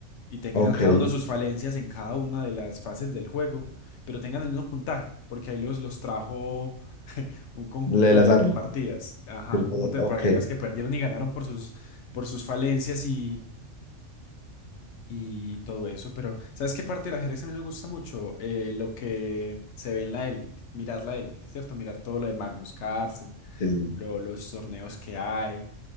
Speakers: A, on the left; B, on the left.
A: y tengan
B: ok.
A: cada uno sus falencias en cada una de las fases del juego, pero tengan el mismo puntaje, porque ahí los, los trajo un conjunto
B: Le el
A: de,
B: azar,
A: de partidas, ajá,
B: ¿cierto?
A: un conjunto de
B: Ok,
A: partidas que perdieron y ganaron por sus, por sus falencias y, y todo eso, pero ¿sabes qué parte del ajedrez a mí me gusta mucho? Eh, lo que se ve en la élite, mirar la élite, ¿cierto? Mirar todo lo de Magnus Carlsen,
B: sí.
A: lo- los torneos que hay,